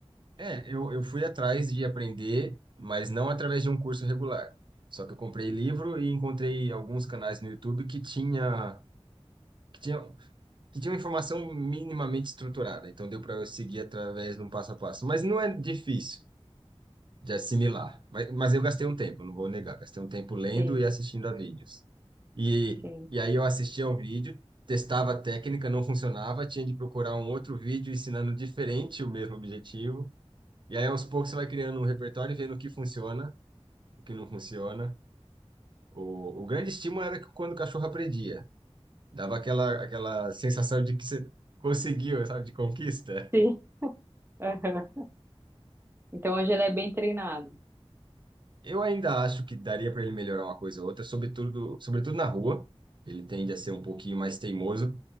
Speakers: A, on the right; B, on the right.
A: É, eu, eu fui atrás de aprender, mas não através de um curso regular. Só que eu comprei livro e encontrei alguns canais no YouTube que tinha, que tinha, que tinha informação minimamente estruturada. Então deu para eu seguir através de um passo a passo. Mas não é difícil. de assimilar. Mas, mas eu gastei um tempo, não vou negar, gastei um tempo lendo
B: Sim,
A: e assistindo a vídeos. E,
B: sim,
A: e aí eu assistia um vídeo, testava a técnica, não funcionava, tinha de procurar um outro vídeo ensinando diferente o mesmo objetivo. E aí aos poucos você vai criando um repertório e vendo o que funciona, o que não funciona. O, o grande estímulo era que quando o cachorro aprendia, dava aquela, aquela sensação de que você conseguiu, sabe, de conquista.
B: sim. <laughs> Aham. Então hoje ele é bem treinado.
A: Eu ainda acho que daria para ele melhorar uma coisa ou outra, sobretudo, sobretudo na rua. Ele tende a ser um pouquinho mais teimoso,